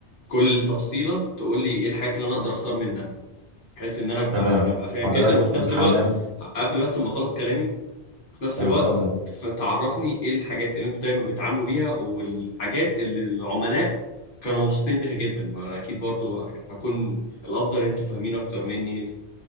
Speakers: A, on the left (about 50°); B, on the right (about 70°).
A: كل تفصيله تقول لي ايه الحاجات اللي انا اقدر اختار منها بحيث ان انا ابقى
B: تمام
A: انا ابقى فاهم
B: حضرتك
A: جدا وفي
B: الحمام
A: نفس الوقت قبل بس ما اخلص كلامي وفي نفس
B: تمام
A: الوقت
B: اتفضل
A: تف- تعرفني ايه الحاجات اللي انتوا دايما بيتعاملوا بيها والحاجات اللي العملاء كانوا مبسوطين بيها جدا ما انا اكيد برضو هكون الافضل ان انتوا فاهمين اكتر مني